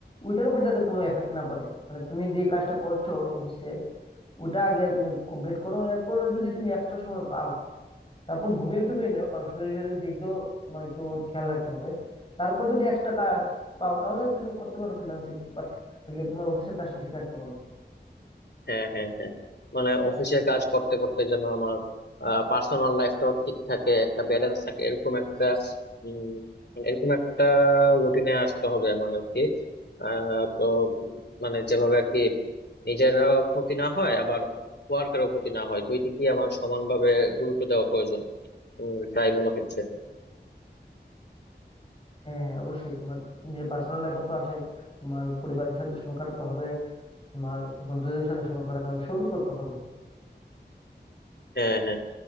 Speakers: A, on the left; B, on the left.
A: ওইটার উপর যাতে কোনো এফেক্ট না পড়ে মানে তুমি যে কাজটা করছো অফিসে ওটা আগে তুমি কমপ্লিট করো এরপর যদি তুমি এক্সট্রা সময় পাও তারপর ঘুমিয়ে টুমিয়ে নিও কারণ শরীরের দিক দিয়েও তোমার একটু খেয়াল রাখতে হবে তারপর যদি এক্সট্রা কাজ পাও তাহলে তুমি করতে পারো ফ্রিল্যান্সিং বাট আগে তোমার অফিসের কাজটা ঠিক রাখতে হবে
B: হ্যাঁ হ্যাঁ হ্যাঁ মানে অফিসের কাজ করতে করতে যেন আমার পার্সোনাল লাইফটাও ঠিক থাকে একটা ব্যালেন্স থাকে এরকম একটা উম, এরকম একটা রুটিনে আসতে হবে আমার আর কি আহ, তো মানে যেভাবে আর কি নিজেরও ক্ষতি না হয় আবার ওয়ার্কেরও ক্ষতি না হয় দুই দিকেই আমার সমানভাবে গুরুত্ব দেওয়া প্রয়োজন উম, তাই মনে হচ্ছে
A: হ্যাঁ হ্যাঁ অবশ্যই তোমার নিজের পার্সোনাল লাইফও তো আছে তোমার পরিবারের সাথে সময় কাটাতে হবে তোমার বন্ধুদের সাথে সময় কাটাতে হবে সবই করতে হবে
B: হ্যাঁ হ্যাঁ